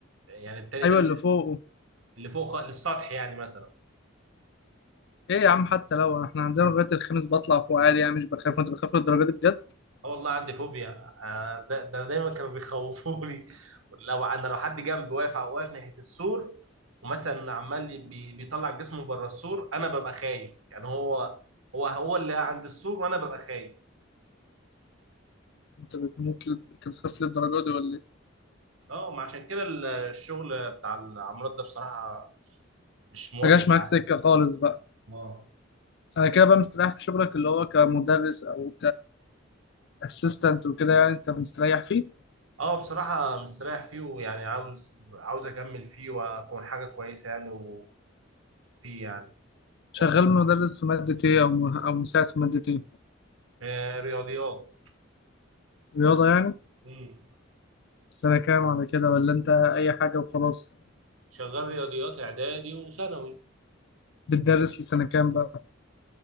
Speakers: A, on the right; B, on the left.
A: يعني التاني
B: ايوه
A: ده اللي
B: اللي فوق
A: اللي فوق خ- للسطح يعني مثلا
B: ايه يا عم حتى لو احنا عندنا لغايه الخميس بطلع فوق عادي يعني مش بخاف وانت بتخاف للدرجه دي بجد
A: اه والله عندي فوبيا آه، ده, ده دايما كانوا بيخوفوني <laughs> لو انا لو حد جنبي واقف واقف ناحية السور ومثلا عمال بي- بيطلع جسمه بره السور انا ببقى خايف يعني هو هو هو اللي عند السور وانا ببقى خايف
B: انت بتموت ل- انت بتخاف للدرجه دي ولا ايه
A: اه ما عشان كده ال- الشغل بتاع العمارات ده بصراحة مش موافق
B: ما جاش معاك
A: معايا
B: سكه خالص بقى
A: اه
B: انا كده بقى مستريح في شغلك اللي هو كمدرس او كاسيستنت وكده يعني انت مستريح فيه
A: اه بصراحة مستريح فيه ويعني عاوز عاوز أكمل فيه وأكون حاجة كويسة يعني وفيه يعني
B: شغال
A: وأكبر
B: مدرس
A: فيه
B: في ماده ايه او م- او مساعد في ماده ايه
A: آه رياضيات
B: رياضه يعني
A: مم.
B: سنه كام على كده ولا انت اي حاجه وخلاص
A: شغال رياضيات إعدادي وثانوي
B: بتدرس لسنه كام بقى